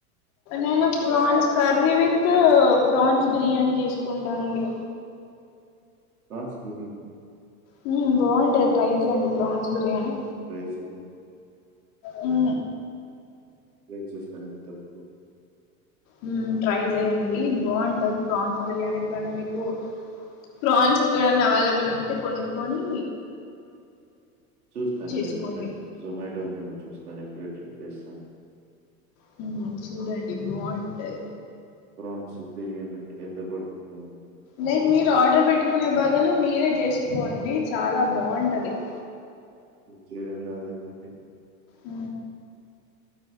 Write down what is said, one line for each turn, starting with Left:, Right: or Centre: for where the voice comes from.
Left: నేను prawns curry with prawns biryani తీసుకుంటానండి
Right: ప్రాన్స్ కర్రీ నా
Left: హ్మ్ బాగుంటది ట్రై చేయండి ప్రాన్స్ బిర్యానీ
Right: హ్మ్ ఫ్రైస్ కర్రీ
Left: హ్మ
Right: ట్రై చేస్తానండి తప్ప
Left: హ్మ ట్రై చేయండి డి బంటాది ప్రాన్స్ బిర్యానీ ఎప్పుడన్న మీకు ప్రాన్స్ ఎక్కడన్నా అవైలబుల్ ఉంటే కొనుక్కొని
Right: చూస్తానండి
Left: చేసుకోండి
Right: జొమాటోకి జొమాటో ఉందేమో చూస్తాను ఇప్పుడే ట్రై చేస్తాను
Left: హ్మ్మ్ చూడండి బాగుంటది
Right: ప్రాన్స్ బిర్యానీ అండి ఎంత పడతదో
Left: లైక్ మీరు ఆర్డర్ పెట్టుకునే బదులు మీరే చేసుకోండి చాలా బాగుంటది <inaudible>
Right: చేయడం రాద ఎలా అండి
Left: అ